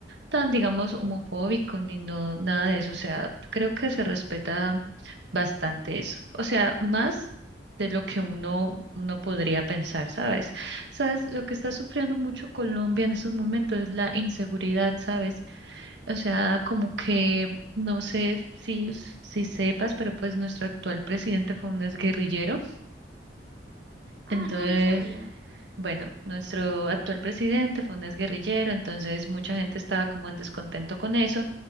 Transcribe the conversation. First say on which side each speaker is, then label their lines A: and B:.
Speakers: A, on the right; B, on the right.
A: tan, digamos, homofóbico ni no, nada de eso. O sea, creo que se respeta bastante eso. O sea, más de lo que uno, uno podría pensar, ¿sabes? ¿Sabes? Lo que está sufriendo mucho Colombia en esos momentos es la inseguridad, ¿sabes? O sea, como que no sé si, si sepas, pero pues nuestro actual presidente fue un exguerrillero.
B: Ah,
A: Entonces,
B: no, no sabía.
A: bueno, nuestro actual presidente fue un exguerrillero, entonces mucha gente estaba como en descontento con eso.